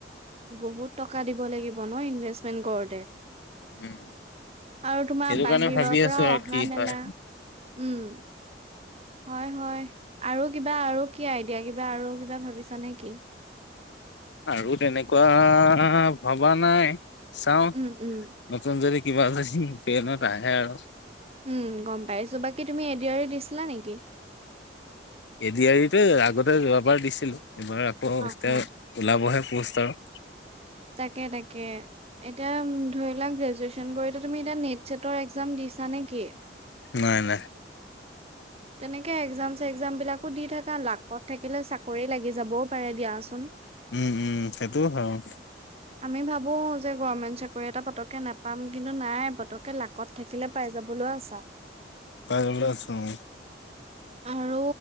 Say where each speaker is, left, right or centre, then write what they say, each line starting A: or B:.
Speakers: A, on the right (about 35°); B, on the left (about 75°).
A: বহুত টকা দিব লাগিব ন ইনভেষ্টমেন্ট কৰোঁতে।
B: উম
A: আৰু তোমাৰ
B: সেইটো
A: বাহিৰৰ
B: কাৰণে ভাবি
A: পৰা
B: আছো আৰু
A: অহা
B: কি
A: মেলা।
B: হয়
A: উম। হয়, হয় আৰু কিবা, আৰু কি আই ইয়া কিবা আৰু কিবা ভাবিছা নে কি?
B: আৰু তেনেকুৱা ভবা নাই। চাওঁ,
A: উম, উম,
B: নতুন যদি কিবা যদি ব্ৰেইনত আহে আৰু।
A: উ, গম পাইছোঁ। বাকী তুমি এদিআৰি দিছিলা নেকি?
B: এদি আৰিটো আগতে যোৱাবাৰ দিছিলোঁ, এইবাৰ আকৌ
A: অ',
B: এতিয়া
A: অ',
B: উলাবহে পোষ্ট আৰু।
A: তাকে তাকে। এতিয়া ধৰি লোৱা গ্ৰেজুৱেচন কৰিতো তুমি এতিয়া নেট চেটৰ এক্জাম দিছা নে কি?
B: নাই নাই।
A: তেনেকে এক্জাম চেগ্জাম বিলাক দি থাকা, লাকত থাকিলে চাকৰি লাগি যাবও পাৰে দিয়াচোন।
B: উ, উ, সেইটোও হয়, অ'।
A: আমি ভাবোঁ যে গৰমেণ্ট চাকৰি এটা পটককে নাপাম, কিন্তু নাই পতককে লাকত থাকিলে পাই যাবলৌ আছা।
B: পাই গ'লা আছোঁ।
A: আৰু